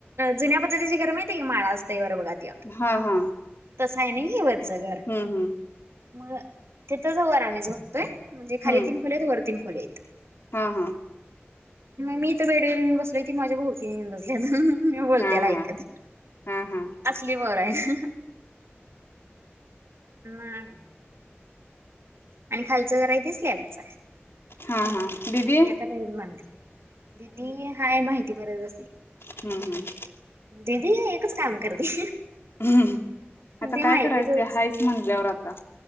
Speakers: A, on the right; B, on the left.
A: जुन्या पद्धतीची घरं माहितीए का? माळा असतोय वर बघा त्यो.
B: हा हा.
A: तस आहे नाही हे वरचं घर.
B: हम्म हम्म
A: मग तिथच वर आम्ही झोपतोय. म्हणजे खाली
B: हम्म
A: तीन खोल्या आहेत वर तीन खोल्या आहेत.
B: हा हा.
A: मी इथे बेडवर येऊन बसले होते. ती माझ्या बह- ती येऊन बसली. मी बोलतेला
B: हा
A: ऐकत.
B: हा हा हा
A: असली बर आहे. मग? आणि खालचं घर आहे ते स्लॅब. <unintelligible>
B: हा हा. दिदी-
A: <unintelligible> दिदी हाय माहिती बरोबर बसली.
B: हम्म हम्.
A: दिदी एकच काम करते.
B: हम्म. आता
A: ते
B: काय
A: माहितीतच
B: करायचं? हायच म्हणल्यावर आता.